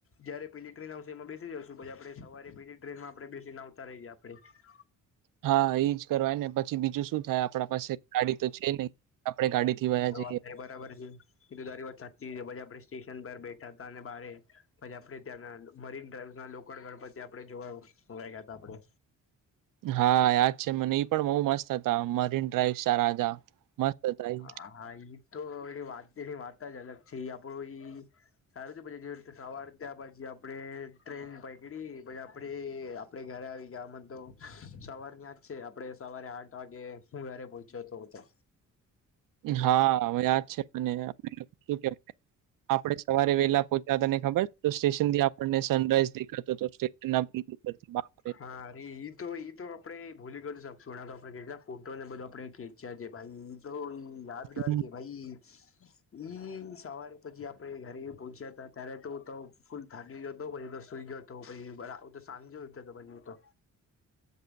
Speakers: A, on the left (about 40°); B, on the right (about 80°).
A: જયારે પેલી ટ્રેન આવશે એમાં બેસી જઉશું પછી આપડે સવારે પછી ટ્રેનમાં આપણે બેસીને આવતા રહી જાયએ આપડે
B: હા ઈ જ કરવાય ને પછી બીજું શું થાય આપણા પાસે ગાડી તો છે નહી આપે ગાડી થી વયા જઈએ.
A: અતારે બરાબર છે એ તો તારી વાત સાચીછ આપડે સ્ટેશન પર બેઠા હતા અને બારે પછી આપણે ત્યાંના મરીન ડ્રાઈવસ ના લોકડ ગણપતિ આપે જોવાવા ગયા હતા આપડે.
B: હા યાદ છે મને એ પણ બહુ મસ્ત હતા મરીન ડ્રાઈવ સારા જા મસ્ત હતા ઈ.
A: હા ઈ તો એની વાત એની વાત જ અલગ છે એ આપડું ઈ સારું પછી જેવી રીતે સવાર ત્યાં પછી આપડે ટ્રેન પૈકડી પછી આપડે આપે ઘરે આવી ગયામાં તો સવાર આજ છે આપડે સવારે આઠ વાગે હું ઘરે પહોંચ્યો હતો તો.
B: હા યાદ છે મને કે <unintelligible> આપડે સવારે વેલા પોહોંચ્યા હતા ને ખબર તો સ્ટેશન થી આપણને સનરાઈઝ દેખાતો તો સ્ટેશન ના <unintelligible>
A: હા અરે ઈ તો ઈ તો આપડે ભૂલી કરી શકશું એના તો આપડે કેટલા ફોટો ને બધું આપડે <unintelligible> છે ભાઈ ઈ તો યાદગાર
B: હમ્મ.
A: છે ભાઈ. ઈ સવારે પછી આપણે ઘરે પહોંચ્યા હતા ત્યારે તો ફૂલ થાકી ગીયો તો પછી સુઈ ગયો હતો પછ તો સાંજે હતો પછ તો.